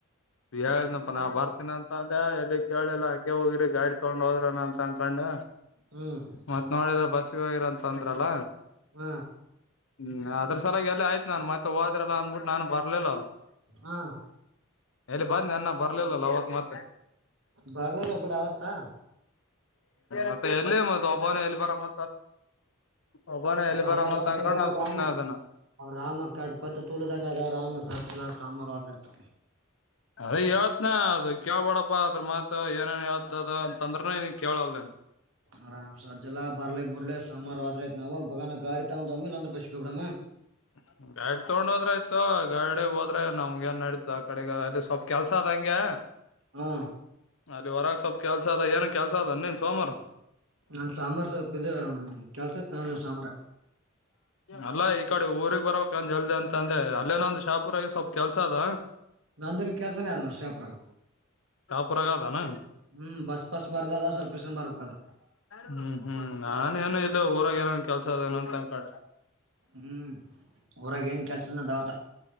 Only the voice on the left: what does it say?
ಹೇಳನಪ್ಪ ನಾ ಬರ್ತೀನ ಅಂತಂದೆ ಎಲ್ಲಿ ಕೇಳಿಲ್ಲ ಹೋಗಿರಿ ಗಾಡಿ ತಗೊಂಡ್ ಹೋದ್ರನ ಅಂತ ಅನ್ಕೊಂಡ
ಮತ್ ನೋಡಿದ್ರೆ ಬಸ್ಗೆ ಹೋಗಿರಂತ ಅಂದ್ರಲ್ಲ
ಹ್ಮ್ ಅದ್ರ ಸಲಾಗಿ ಎಲ್ಲ ಆಯ್ತು ನಾನು ಮತ್ತೆ ಹೋದ್ರಲ್ಲ ಅಂದ್ಬಿಟ್ಟು ನಾನು ಬರ್ಲಿಲ್ಲಲ್ಲ
ಎಲ್ಲಿ ಬಂದಿ ಅನ್ನ ಬರ್ಲಿಲ್ಲಲ್ಲ ಅವತ್ ಮತ್ತೆ
ಮತ್ತೆ ಎಲ್ಲೇ ಮ ಒಬ್ಬನ ಎಲ್ಲಿ ಬರ ಮ ಒಬ್ಬನ ಎಲ್ಲಿ
ಬರ್ ಅಂತ ಅನ್ಕೊಂಡು
ನಾವ್
ಸುಮ್ಮನೆ ಅದನ
ಅದೇ ಹೇಳ್ದನ ಅದು ಕೇಳ್ಬೇಡಪ್ಪಾ ಅದ್ರ ಮಾತು ಏನೇನ್ ಹೇತ ಅ ಅಂತ ಅಂದ್ರನು ನೀ ಕೇಳಲ್ಲ ಹ
ಹ ಗಾಡಿ ತಗೊಂಡ್ ಹೋದ್ರ ಆಯತು ಗಾಡಗ್ ಹೋದ್ರೆ ನಮ್ಗೆ ನ್ ನಡ್ದ ಆ ಕಡೆಗ ಅಲ್ಲಿ ಸ್ವಲ್ಪ ಕೆಲ್ಸ ಅದಂಗೆ
ಅಲ್ಲಿ ಹೊರಗ್ ಸ್ವಲ್ಪ ಕೆಲ್ಸ ಅದ ಏನ ಕೆಲ್ಸ ಅದ ನೀನ್ ಸೋಮಾರ
ಅಲ್ಲ ಈ ಕಡೆ ಊರಿಗೆಗ್ ಬರ್ಬೇಕಂದ ಜಲ್ದಿ ಅಂತ ಅಂದೆ ಅಲ್ಲೇನಂದಂದು ಶಾಪುರಾಗಿ ಸ್ವಲ್ಪ ಕೆಲ್ಸ ಅದ
ಪರಗತ ನ
ಹ್ಮ್ ಹ್ಮ್ ನಾನ ಏನು ಇಲ್ಲ ಊರಾಗ ಏನನ್ ಕೆಲ್ಸದೇನ ಅಂತಕಡ